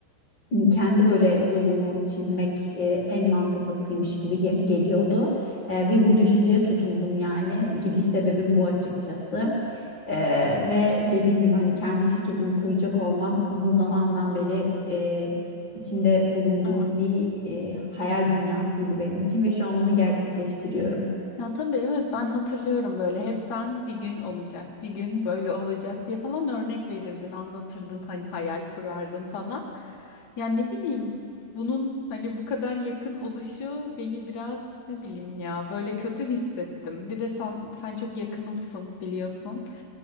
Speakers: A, on the left (about 45°); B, on the left (about 65°).
A: hani kendi böyle yolumu çizmek e, en mantıklısıymış gibi ge- geliyordu. E, ve bu düşünceye tutundum yani. Gidiş sebebim bu açıkçası. E, ve dediğim gibi hani kendi şirketimi kuracak olmam uzun zamandan beri e, içinde bulunduğum
B: Evet.
A: bir e, hayal dünyasıydı benim için ve şu an onu gerçekleştiriyorum.
B: Ya tabii evet ben hatırlıyorum böyle hep sen bir gün olacak, bir gün böyle olacak diye falan örnek verirdin, anlatırdın hani hayal kurardın falan. Yani ne bileyim bunun hani bu kadar yakın oluşu beni biraz ne bileyim ya böyle kötü hissettim. Bir de sen, sen çok yakınımsın biliyorsun.